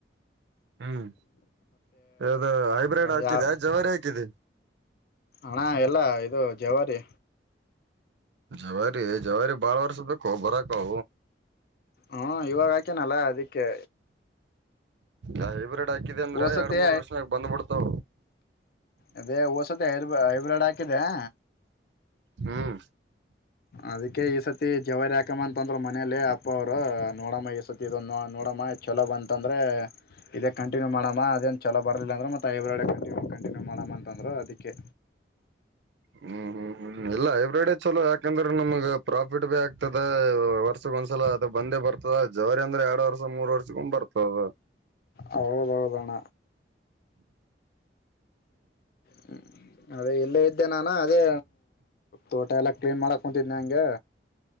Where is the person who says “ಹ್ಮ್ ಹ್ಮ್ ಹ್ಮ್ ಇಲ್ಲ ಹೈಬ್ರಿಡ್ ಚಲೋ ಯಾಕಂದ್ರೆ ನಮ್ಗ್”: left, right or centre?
Right